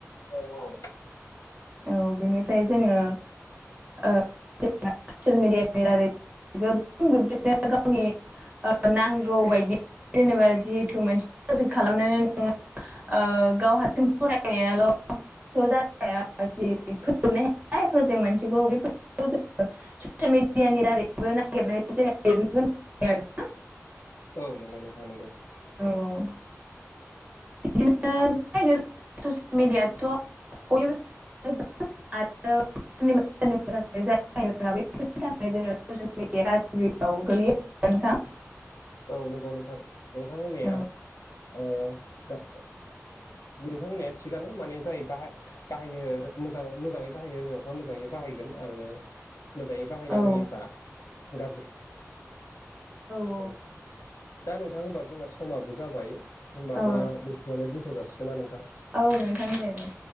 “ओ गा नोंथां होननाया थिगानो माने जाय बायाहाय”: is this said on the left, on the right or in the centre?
Left